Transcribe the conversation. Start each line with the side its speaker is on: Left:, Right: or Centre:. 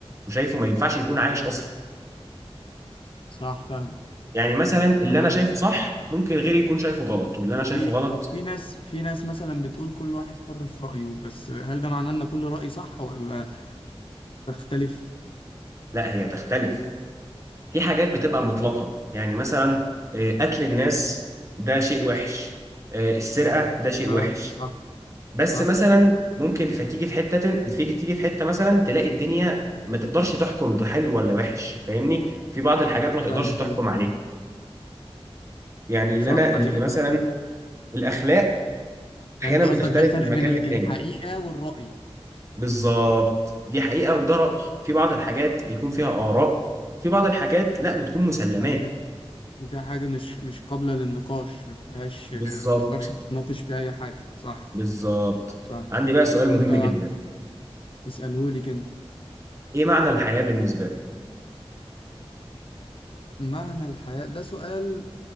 Right: وشايفه ما ينفعش يكون عايش اصلا
Left: صح فاهم
Right: يعني مثلا اللي
Left: طب ما
Right: انا شايفه صح ممكن غيري يكون شايفه غلط واللي انا شايفه
Left: في
Right: غلط
Left: طب في ناس في ناس مثلا بتقول كل واحد حر في رأيه بس هل ده معناه ان كل رأي صح ولا تختلف
Right: لا هي تختلف في حاجات بتبقى مطلقة يعني مثلا آه، قتل الناس ده شيء وحش آه، السرقة ده شيء
Left: اه
Right: وحش
Left: صح
Right: بس
Left: صح
Right: مثلا ممكن فتيجي في حته تن... تيجي تيجي في حته مثلا تلاقي الدنيا ما تقدرش تحكم ده حلو ولا وحش فاهمني في بعض الحاجات ما تقدرش
Left: فاهمك
Right: تحكم
Left: ايوه
Right: عليها يعني اللي
Left: صح
Right: انا
Left: حقيقة
Right: اللي مثلا
Left: فعلا
Right: الاخلاق
Left: يعني
Right: احيانا
Left: انت
Right: بتختلف
Left: قصدك ده الفرق
Right: من مكان
Left: بين ال-
Right: للتاني
Left: الحقيقة والرأي
Right: بالظبط دي حقيقه وده راي في بعض الحاجات بيكون فيها اراء في بعض الحاجات لا بتكون مسلمات
Left: وفي حاجات وفي حاجة مش مش قابلة للنقاش ما فيهاش
Right: بالظبط
Left: ما تقدرش تتناقش فيها اي حاجة صح
Right: بالظبط
Left: صح
Right: عندي بقى سؤال
Left: طب
Right: مهم
Left: انت
Right: جدا
Left: اسألهولي كده
Right: ايه معنى الحياه بالنسبه لك
Left: معنى الحياة ده سؤال